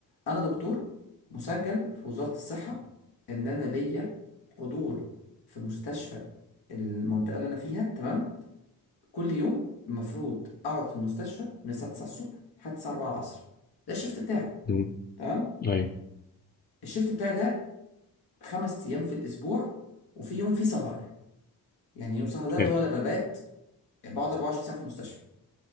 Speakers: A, on the left (about 70°); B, on the left (about 25°).
A: انا دكتور مسجل في وزارة الصحة ان انا ليا حضور في مستشفى المنطقة اللي انا فيها تمام كل يوم المفروض اقعد في المستشفى من الساعة 9 الصبح لحد الساعة 4 العصر ده الشيفت بتاعي
B: مم.
A: تمام
B: طيب
A: الشيفت بتاعي ده خمس ايام في الاسبوع وفي يوم فيه سهر يعني يوم سهر ده
B: حلو
A: اللي هو انا ببات بقعد 24 ساعة في المستشفى